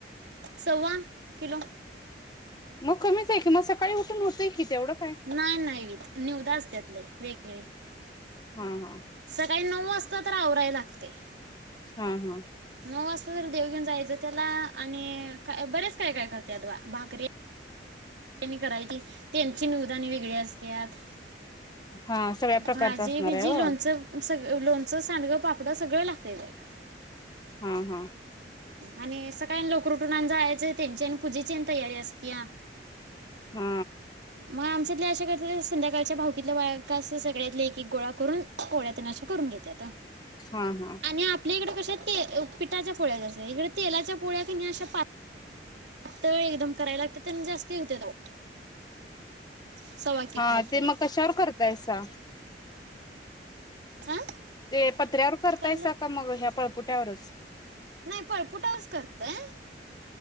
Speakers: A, on the right (about 75°); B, on the left (about 25°).
A: सव्वा किलो
B: मग कमीच आहे की मग सकाळी उठून होतंय की, तेवढं काय
A: नाय नाय निवद असत्यात लई वेगळी
B: हं हं
A: सकाळी नऊ वाजता तर आवरायला लागतय.
B: हा हा
A: नऊ वाजता तर देव घेऊन जायचं त्याला आणि का बरंच काय काय करत्यात बा भाकरी त्यांनी करायचे आणि त्यांची निवद आणि वेगळी असत्यात.
B: हा सगळ्या प्रकारचा
A: भाजी
B: असणार
A: बिझी
B: आहे हो
A: लोणचं म सगळं. लोणचं, सांडग, पापड सगळं लागतय त्याला
B: हा हा
A: आणि स <unintelligible> लवकर उठून जायचय त्यांची पूजेची आणि तयारी असतेया.
B: हा!
A: म अमचातल्या अशा करत्यात संध्याकाळच्या भावकितल्या बायका सगल्यातल्या एक एक गोळा करून पोळ्या तीन अस करून घेत्यात.
B: हा हा
A: आणि आपल्या इकडं कस्या ते पिठाच्या पोळ्या जास सत्यात इकडं तेलाच्या पोळ्या कणे अश्या पात तळ एकदम करायला तिथं म जास्ती हुत्यात अहो. सव्वा किलो
B: हा ते
A: तरी
B: मग कशावर करताइसा?
A: अ
B: ते पत्र्यावर करताइसा
A: काय म्हणलं
B: का मग ह्या पळपोट्यावरचं?
A: नाही पोळपोटावरच करतोय